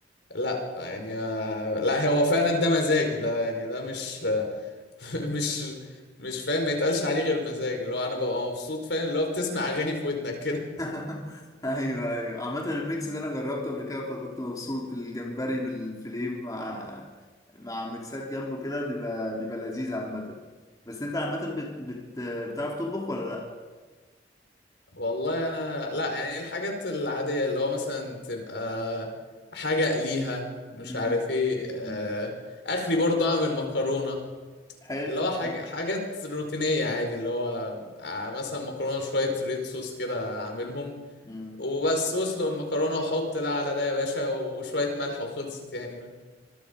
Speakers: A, on the left (about 70°); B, on the left (about 20°).
A: لا يعني آه لا هو فعلا ده مزاج ده يعني ده مش <laughs> مش مش فاهم ما يتقالش عليه غير مزاج اللي هو انا ببقى مبسوط فاهم اللي هو بتسمع اغاني في ودنك كده
B: <laughs> ايوه ايوه عامة الميكس ده انا جربته قبل كده فكنت مبسوط الجمبري بالفليه مع مع ميكسات جنبه كده بيبقى بيبقى لذيذ عامة بس انت عامة بت... بت... بتعرف تطبخ ولا لا؟
A: والله انا لا يعني الحاجات العادية اللي هو مثلا تبقى حاجة اقليها مش
B: مم.
A: عارف ايه
B: مم.
A: آه، اخري برضه اعمل مكرونة
B: حلو
A: اللي هو حاج...
B: ها؟
A: حاجات روتينية عادي اللي هو آه، مثلا مكرونة وشوية ريد صوص كده اعملهم
B: امم
A: وبس اسلق المكرونة وحط ده على ده يا باشا وشوية ملح وخلصت يعني